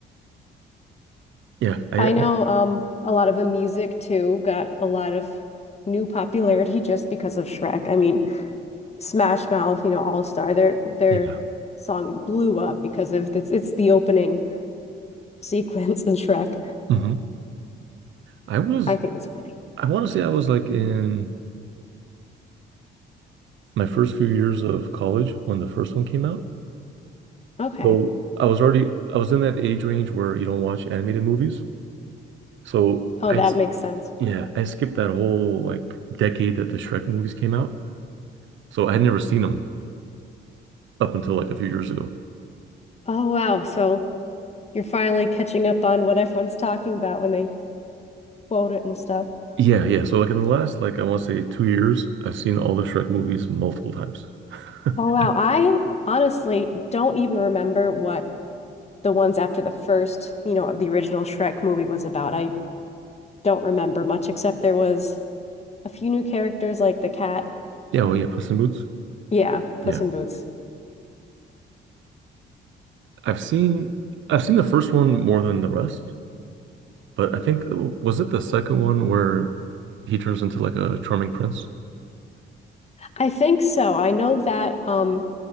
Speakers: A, on the right; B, on the left.
A: yeah. I,
B: I
A: I
B: know um a lot of the music too got a lot of new popularity <laughs> just because of Shrek. I mean, Smash Mouth, you know, All Star, their their
A: yeah,
B: song blew up because of it's it's the opening <laughs> sequence in Shrek.
A: hmm I was
B: I think it's funny.
A: I want to say I was like in my first few years of college when the first one came out.
B: Okay.
A: So I was already I was in that age range where you don't watch animated movies. So
B: Oh,
A: I
B: that
A: s-
B: makes sense.
A: yeah I skipped that whole like decade that the Shrek movies came out. So I had never seen them up until like a few years ago.
B: Oh wow. So you're finally catching up on what everyone's talking about when they quote it and stuff.
A: Yeah, yeah. So like in the last like I want to say two years, I've seen all the Shrek movies multiple times. <laughs>
B: Oh wow. I honestly don't even remember what the ones after the first, you know, the original Shrek movie was about. I don't remember much except there was a few new characters like the cat.
A: Yeah, oh yeah, Puss in Boots.
B: Yeah, Puss
A: Yeah.
B: in Boots.
A: I've seen I've seen the first one more than the rest, but I think was it the second one where he turns into like a charming prince?
B: I think so. I know that um